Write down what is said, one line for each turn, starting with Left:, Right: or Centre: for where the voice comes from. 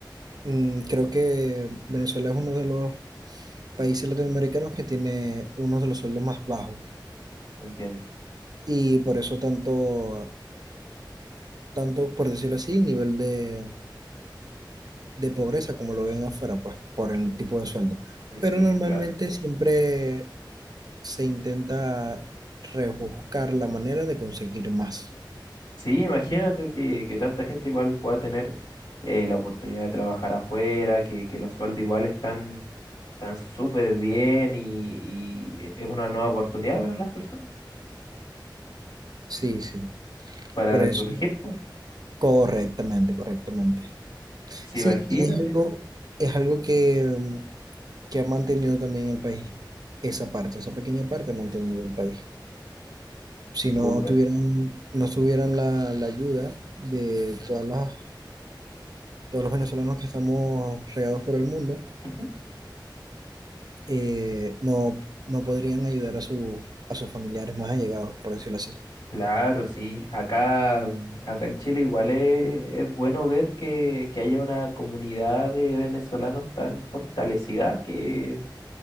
Right: mm, creo que Venezuela es uno de los países latinoamericanos que tiene uno de los sueldos más bajos.
Left: entiendo.
Right: Y por eso tanto, tanto, por decirlo así, nivel de de pobreza como lo ven afuera, pues por el tipo de sueldo.
Left: Eh,
Right: Pero
Left: Sí,
Right: normalmente
Left: claro.
Right: siempre se intenta rebuscar la manera de conseguir más.
Left: Sí, imagínate que, que tanta gente igual pueda tener eh, la oportunidad de trabajar afuera, que, que los sueldos igual están tan súper bien y, y es una nueva oportunidad para las personas,
Right: Sí, sí,
Left: para
Right: por
Left: resurgir.
Right: eso,
Left: po.
Right: correctamente, correctamente.
Left: Sí,
Right: Sí,
Left: imagínate,
Right: y es algo, es algo que, mm, que ha mantenido también el país, esa parte, esa pequeña parte ha mantenido el país. Si no
Left: súper.
Right: tuvieran, no tuvieran la, la ayuda de todas las, todos los venezolanos que estamos regados por el mundo,
Left: Ujú.
Right: eh, no, no podrían ayudar a, su, a sus familiares más allegados, por decirlo así.
Left: Claro, sí. Acá, mm, acá en Chile igual es, es bueno ver que, que haya una comunidad de venezolanos tan fortalecida que,